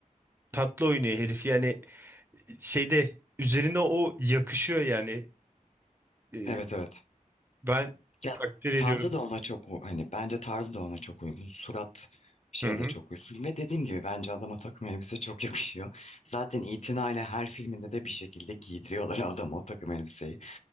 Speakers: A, on the right; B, on the left.
A: tatlı oynuyor herif yani şeyde üzerine o yakışıyor yani Eee,
B: Evet evet.
A: ben
B: Ya
A: takdir ediyorum.
B: tarzı da ona çok u- hani bence tarzı da ona çok uygun. Surat şey
A: Hı hı.
B: de çok uygun. Ve dediğim gibi bence adama takım elbise çok yakışıyor. Zaten itinayla her filminde de bir şekilde giydiriyorlar <laughs> adama o takım elbiseyi.